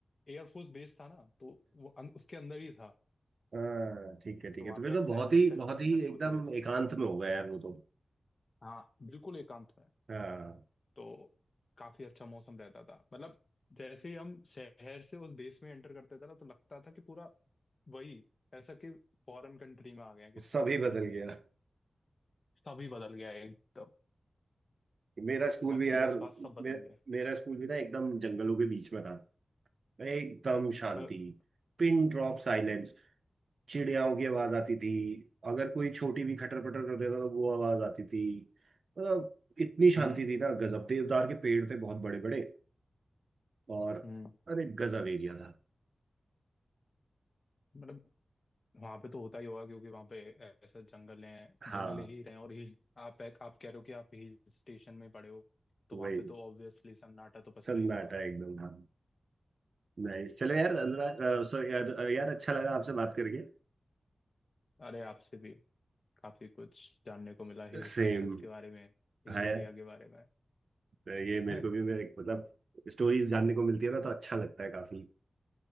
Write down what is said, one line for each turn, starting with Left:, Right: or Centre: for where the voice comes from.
Left: एयरफोर्स बेस था ना तो वो अन, उसके अंदर ही था
Right: हाँ ठीक है ठीक
Left: तो
Right: है
Left: वहाँ
Right: तो फिर
Left: पे
Right: तो
Left: एक्सरसाइज
Right: बहुत ही
Left: एक्सरसाइज
Right: बहुत
Left: कंडक्ट
Right: ही एकदम
Left: होती रहती
Right: एकांत में हो गया यार वो तो
Left: हाँ बिल्कुल एकांत में
Right: हाँ
Left: तो काफी अच्छा मौसम रहता था मतलब जैसे ही हम शहर से उस देश में एंटर करते थे ना तो लगता था कि पूरा वही ऐसा कि फॉरेन कंट्री में आ गए हैं किसी
Right: सभी
Left: में
Right: बदल गया
Left: सभी बदल गया है एकदम
Right: मेरा स्कूल
Left: वक्त
Right: भी यार
Left: जज्बात सब बदल
Right: मे,
Left: गए
Right: मेरा स्कूल भी ना एकदम जंगलों के बीच में था एकदम शांति
Left: <laughs>
Right: पिन ड्रॉप साइलेंस चिड़ियाओं की आवाज आती थी अगर कोई छोटी भी खटर पटर कर देता तो वो आवाज आती थी मतलब इतनी शांति
Left: हम्म
Right: थी ना गजब देवदार के पेड़ थे बहुत बड़े बड़े और
Left: हम्म
Right: अरे गजब एरिया था
Left: मतलब वहां पे तो होता ही होगा क्योंकि वहां पे ऐसा जंगल है
Right: हाँ
Left: जंगल ही रहे हैं और हिल आप आप कह रहे हो कि आप हिल स्टेशन में पड़े हो तो वहां
Right: वही
Left: पे तो ऑब्वियसली सन्नाटा तो पसरा
Right: सन्नाटा
Left: ही होगा
Right: एकदम हाँ नाइस चलो यार सॉरी यार, यार अच्छा लगा आपसे बात करके
Left: अरे आपसे भी काफी कुछ जानने को मिला हिल
Right: सेम
Left: स्टेशंस के बारे में हिल
Right: हाँ
Left: एरिया
Right: यार,
Left: के बारे में
Right: तो ये
Left: <laughs>
Right: मेरे को भी मेरे मतलब स्टोरीज जानने को मिलती है ना तो अच्छा लगता है काफी